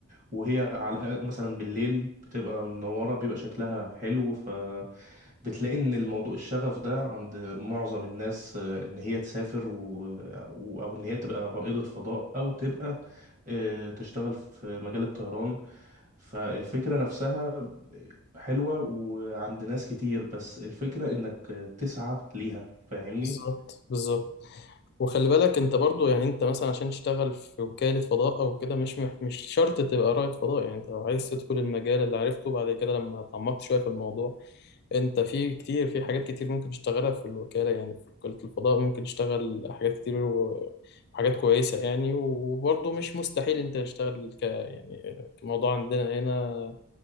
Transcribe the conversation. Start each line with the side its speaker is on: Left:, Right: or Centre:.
Right: وهي على الأقل- مثلا بالليل بتبقى منورة بيبقى شكلها حلو ف بتلاقي ان الموضوع الشغف ده عند معظم الناس آه، ان هي تسافر و... و- او ان هي تبقى رائدة فضاء او تبقى آه، تشتغل في مجال الطيران فالفكرة نفسها حلوة وعند ناس كتير بس الفكرة انك تسعى ليها فاهمني
Left: بالظبط بالظبط وخلي بالك انت برضو يعني انت مثلا عشان تشتغل في وكالة فضاء او كده مش مح- مش شرط تبقى رائد فضاء يعني انت لو عايز تدخل المجال اللي عرفته بعد كده لما اتعمقت شوية في الموضوع انت في كتير في حاجات كتير ممكن تشتغلها في الوكالة يعني في وكالة الفضاء ممكن تشتغل حاجات كتير و- وحاجات كويسة يعني وبرضو مش مستحيل انت تشتغل ك يعني الموضوع عندنا هنا